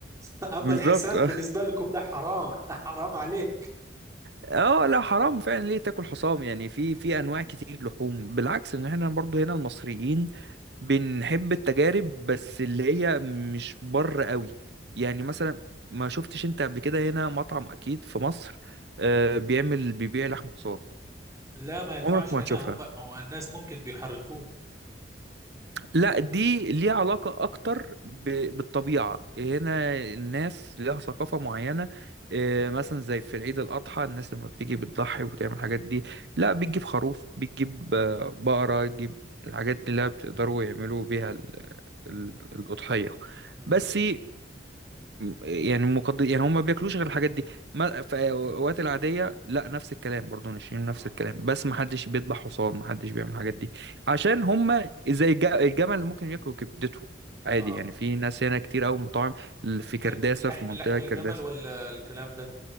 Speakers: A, on the right; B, on the right.
A: <laughs> اما
B: بالظبط
A: الحسان
B: اه
A: بالنسبه لكم ده حرام <laughs> حرام عليه
B: آه، لا حرام فعلا ليه تاكل حصان يعني في في انواع كتير لحوم بالعكس ان احنا برضو هنا المصريين بنحب التجارب بس اللي هي مش بر قوي يعني مثلا ما شفتش انت قبل كده هنا مطعم اكيد في مصر آه، بيعمل بيبيع لحم حصان
A: لا ما ينفعش
B: عمرك ما
A: هنا
B: هتشوفها
A: هم هو الناس ممكن بيحرقوه
B: لا دي ليها علاقة أكتر ب- بالطبيعة هنا الناس ليها ثقافة معينة آه، مثلا زي في العيد الأضحى الناس لما بتيجي بتضحي وتعمل الحاجات دي لا بتجيب خروف بتجيب آه، بقرة تجيب الحاجات دي اللي بتقدروا يعملوا بيها ال- ال- الأضحية
A: نعم
B: بس م- يعني مقد... يعني هم ما بياكلوش غير الحاجات دي ما... في الاوقات العاديه لا نفس الكلام برضو ناشفين
A: اه
B: نفس الكلام بس ما حدش بيذبح حصان ما حدش بيعمل الحاجات دي عشان هم زي الج... الجمل اللي ممكن ياكلوا كبدته عادي
A: اه
B: يعني في ناس هنا كتير قوي مطاعم في كرداسه
A: لكن لحم
B: في منطقه
A: لحم الجمل
B: كرداسه
A: ولا الكلام ده